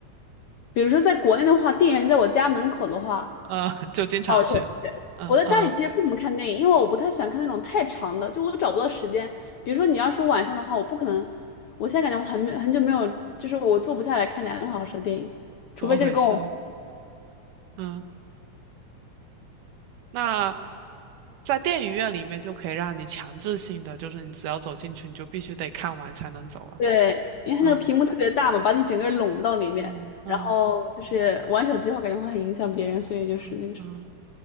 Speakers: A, on the left (about 75°); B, on the right (about 85°).
A: 比如说在国内的话，电影院在我家门口的话，
B: 呃，<laughs> 就经常去。
A: 那我就会去。
B: 嗯嗯，
A: 我在家里其实不怎么看电影，因为我不太喜欢看那种太长的，就我找不到时间。比如说你要是晚上的话，我不可能，我现在感觉我很没很久没有，就是我坐不下来看两个小时的电影，
B: 怎么回事？
A: 除非就是跟我，
B: 嗯，那在电影院里面就可以让你强制性的，就是你只要走进去，你就必须得看完才能走啊。
A: 对，因为它那个屏幕特别大嘛，
B: 嗯
A: 把你整个拢到里面，
B: 嗯嗯
A: 然后就是玩手机的话，感觉会很影响别人，所以就是那个是，
B: 嗯嗯，